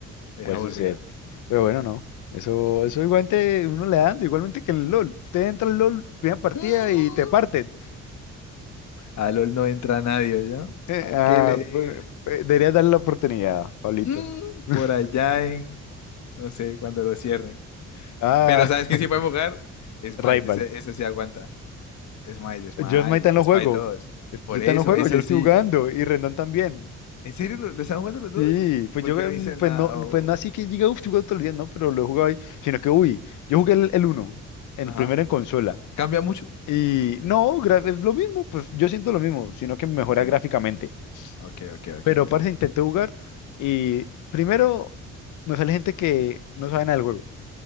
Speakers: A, on the left; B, on the left.
A: es
B: puede
A: aburrido.
B: suceder. Pero bueno, no. Eso, eso igualmente uno le da dando, igualmente que en el LOL. Usted entra al LOL, primera partida
A: Mm,
B: y te parten.
A: A LOL no entra nadie, ¿yo?
B: Eh,
A: ¿Para
B: ah,
A: qué le
B: bu-
A: digo?
B: eh, debería darle la oportunidad, Pablito.
A: Mm,
B: <laughs>
A: Por allá en, no sé, cuando lo cierren.
B: Ah,
A: Pero ¿sabes qué
B: <laughs>
A: sí puede jugar? Smite,
B: Rival.
A: ese, ese sí aguanta. Smite, Smite,
B: Yo Smite no
A: Smite
B: juego.
A: dos
B: Es-
A: Por
B: Yo
A: eso,
B: tan no juego,
A: ese
B: yo lo estoy
A: sí.
B: jugando. Y Rendón también.
A: ¿En serio lo, lo están jugando los dos?
B: Sí, pues
A: ¿Por
B: yo
A: qué no dicen
B: mm, pues
A: nada?
B: no,
A: O-
B: pues no así que diga, uff, estoy jugando todo el día, no, pero lo he jugado ahí. Sino que, uy, yo jugué el, el uno el
A: Ajá.
B: primero en consola.
A: ¿Cambia mucho?
B: Y no, gra- es lo mismo, pues yo siento lo mismo, sino que mejora
A: Ok,
B: gráficamente.
A: ok, ok, ok,
B: Pero
A: entiendo.
B: parece intenté jugar y primero me sale gente que no sabe nada del juego.